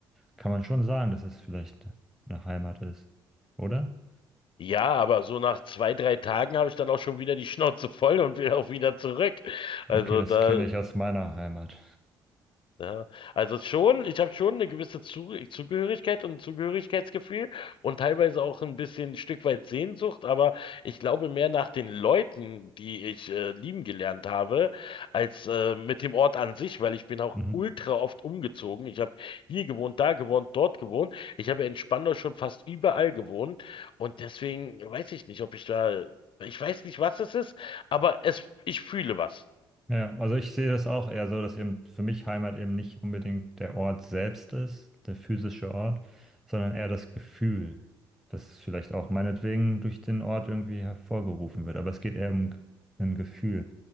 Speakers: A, in the centre; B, on the left.
A: kann man schon sagen, dass es vielleicht eine Heimat ist, oder?
B: Ja, aber so nach zwei, drei Tagen habe ich dann auch schon wieder die Schnauze voll und will auch wieder zurück. Also
A: Okay, das
B: da
A: kenne ich aus meiner Heimat.
B: ja, also schon, ich habe schon eine gewisse Zu Zugehörigkeit und ein Zugehörigkeitsgefühl und teilweise auch ein bisschen ein Stück weit Sehnsucht, aber ich glaube mehr nach den Leuten, die ich äh, lieben gelernt habe, als äh, mit dem Ort an sich, weil ich bin auch
A: Mhm.
B: ultra oft umgezogen. Ich habe hier gewohnt, da gewohnt, dort gewohnt. Ich habe ja in Spandau schon fast überall gewohnt und deswegen weiß ich nicht, ob ich da, ich weiß nicht, was es ist, aber es, ich fühle was.
A: Ja, ja. also ich sehe das auch eher so, dass eben für mich Heimat eben nicht unbedingt der Ort selbst ist, der physische Ort, sondern eher das Gefühl, das vielleicht auch meinetwegen durch den Ort irgendwie hervorgerufen wird. Aber es geht eher um g- ein Gefühl,